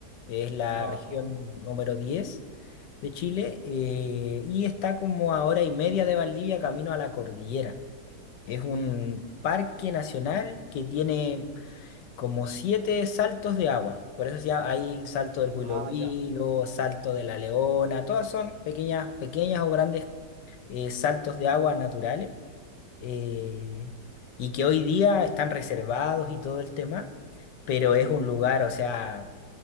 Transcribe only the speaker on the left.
que es la
región número 10 de Chile, eh, y está como a hora y media de Valdivia camino a la cordillera. Es un parque nacional que tiene como siete saltos de agua. Por eso se llama- hay salto del Huilo
Huilo,
salto de la Leona, todas son pequeñas, pequeñas o grandes eh, saltos de agua naturales eh, y que hoy día están reservados y todo el tema, pero es un lugar, o sea,